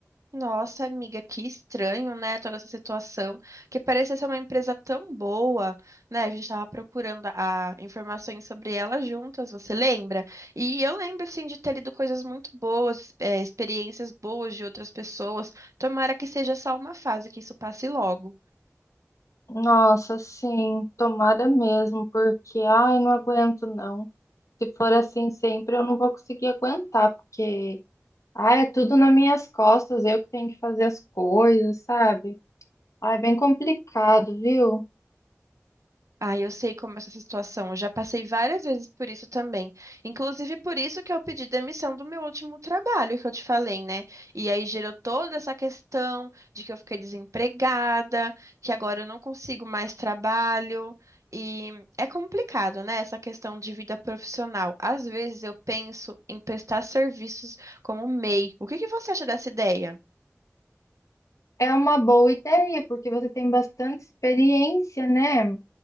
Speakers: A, on the right (about 75°); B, on the left (about 75°).
A: Nossa, amiga, que estranho, né? Toda essa situação, que parecia ser uma empresa tão boa, né? A gente estava procurando a, informações sobre ela juntas, você lembra? E eu lembro, assim, de ter lido coisas muito boas, é, experiências boas de outras pessoas. Tomara que seja só uma fase, que isso passe logo.
B: Nossa, sim, tomara mesmo, porque ai, não aguento não. Se for assim sempre, eu não vou conseguir aguentar, porque ai, é tudo nas minhas costas, eu que tenho que fazer as coisas, sabe? Ai, é bem complicado, viu?
A: Ah, eu sei como é essa situação. Eu já passei várias vezes por isso também. Inclusive por isso que eu pedi demissão do meu último trabalho, que eu te falei, né? E aí gerou toda essa questão de que eu fiquei desempregada, que agora eu não consigo mais trabalho. E é complicado, né? Essa questão de vida profissional. Às vezes eu penso em prestar serviços como MEI. O que que você acha dessa ideia?
B: É uma boa ideia, porque você tem bastante experiência, né?